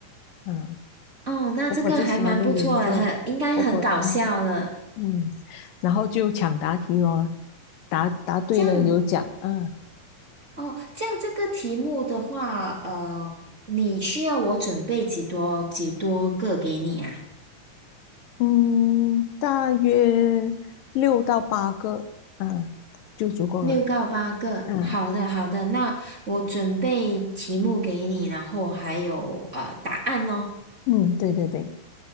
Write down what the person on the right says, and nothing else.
哦，那这个还蛮不错的，
很应该很搞笑了。
这样哦，这样这个题目的话，呃，你需要我准备几多几多个给你啊？
六到八个。
好的，好的，那我准备题目给你，然后还有呃答案咯。